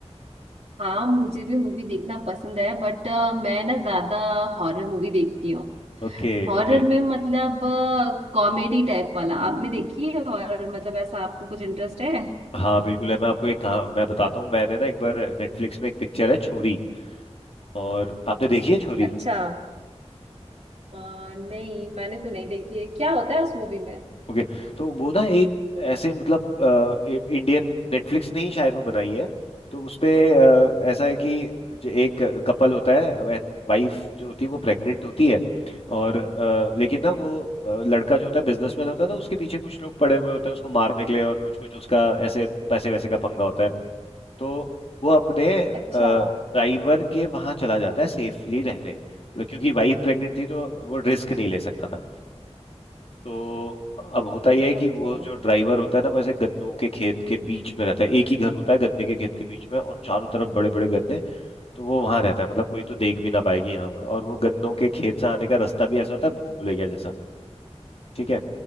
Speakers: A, on the right; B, on the left.
A: हाँ मुझे भी मूवी देखना पसंद है बट मैं ना ज्यादा हॉरर मूवी देखती हूँ
B: Okay
A: हॉरर
B: okay
A: में मतलब कॉमेडी टाइप वाला आपने देखी है हॉरर मतलब ऐसा आपको कुछ इंटरेस्ट है
B: हाँ बिल्कुल है मैं आपको एक कहा मैं बताता हूँ मैंने ना एक बार नेटफ्लिक्स में एक पिक्चर है छोरी और आपने देखी है छोरी
A: अच्छा अ, नहीं मैंने तो नहीं देखी है क्या होता है उस मूवी में
B: ओके तो वो ना एक ऐसे मतलब अ, ए- इंडियन नेटफ्लिक्स ने ही शायद वो बनाई है तो उसपे अ, ऐसा है कि जो एक कपल होता है एंड वाइफ जो होती है वो प्रेग्नेंट होती है और अ, लेकिन ना वो अ, लड़का जो होता है बिजनेसमैन होता है तो उसके पीछे कुछ लोग पड़े हुए होते हैं उसको मारने के लिए और कुछ कुछ उसका ऐसे पैसे वैसे का पंगा होता है तो वो अपने
A: अच्छा
B: ड्राइवर के वहां चला जाता है सेफली रहने मतलब क्योंकि वाइफ प्रेग्नेंट थी तो वो रिस्क नहीं ले सकता था तो अब होता यह है कि
A: ओके
B: वो जो ड्राइवर होता है ना वैसे गन्नों के खेत के बीच में रहता है एक ही घर होता है गन्ने के खेत के बीच में और चारों तरफ बड़े बड़े गन्ने तो वो वहां रहता है मतलब कोई तो देख भी ना पाएगी यहाँ वो है। और वो गन्नों के खेत से आने का रास्ता भी ऐसा होता है भूल भुलैया जैसा ठीक है